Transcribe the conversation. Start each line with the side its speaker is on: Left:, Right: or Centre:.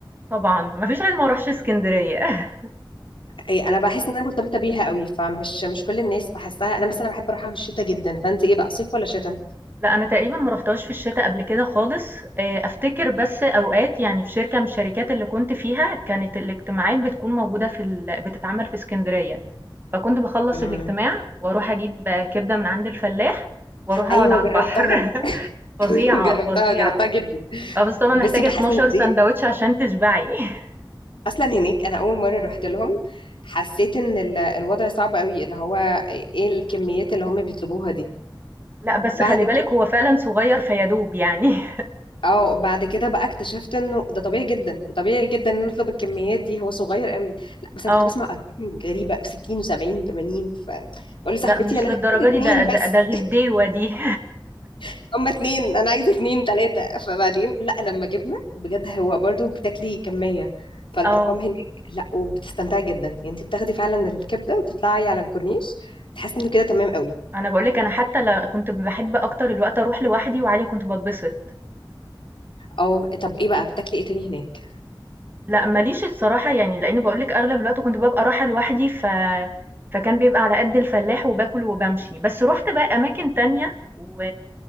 Right: طبعًا، ما فيش حد ما راحش إسكندرية <laughs>
Left: اي انا بحس ان انا مرتبطه بيها قوي فمش مش كل الناس بحسها انا مثلا بحب اروحها في الشتاء جدا فانت ايه بقى صيف ولا شتاء
Right: لأ أنا تقريبًا ما رُحتهاش في الشتا قبل كده خالص، آآ أفتكر بس أوقات يعني في شركة من الشركات اللي كنت فيها، كانت الاجتماعات بتكون موجودة في ال بتتعمل في إسكندرية، فكنت باخلّص
Left: مم.
Right: الاجتماع وأروح أجيب كبدة من عند الفلاح وأروح أقعد
Left: ايوه
Right: على
Left: جربتها
Right: البحر <laughs> فظيعة،
Left: <laughs> جربتها
Right: فظيعة.
Left: جربتها جدا
Right: آه، بس طبعًا
Left: بس
Right: محتاجة
Left: بحس
Right: 12
Left: ان دي
Right: ساندوتش عشان تشبعي <laughs>
Left: اصلا هناك انا اول مره رحت لهم حسيت ان ال- الوضع صعب قوي اللي هو ايه الكميات اللي هم بيطلبوها دي
Right: لأ، بس
Left: بعد
Right: خلّي
Left: كده
Right: بالِك هو فعلًا صغير فيادوب يعني <laughs>
Left: اه بعد كده بقى اكتشفت انه ده طبيعي جدا طبيعي جدا ان نطلب الكميات دي هو صغير قوي لا بس انا
Right: آه،
Left: كنت بسمع ارقام غريبه 60 و70 و80 فبقول لصاحبتي
Right: لأ مش
Left: انا
Right: للدرجة
Left: هاخد اتنين
Right: دي ده ده
Left: بس
Right: ده غديوة دي <laughs>
Left: <laughs> هما اتنين انا عايزه اتنين تلاته فبعدين لا لما جبنا بجد هو برضو بتاكلي كميه فالارقام
Right: آه،
Left: هناك لا وبتستمتعي جدا يعني انت بتاخدي فعلا الكبده وتطلعي على الكورنيش تحسي انه كده تمام قوي
Right: أنا باقول لِك أنا حتى ل كنت باحب أكتر الوقت أروح لوحدي وعادي كنت باتبسط،
Left: اه طب ايه بقى بتاكلي ايه تاني هناك
Right: لأ ما ليش الصراحة يعني لإن باقول لِك أغلب الوقت كنت بابقى رايحة لوحدي ف فكان بيبقى على قد الفلاح وباكل وبامشي، بس رُحت بقى أماكن تانية و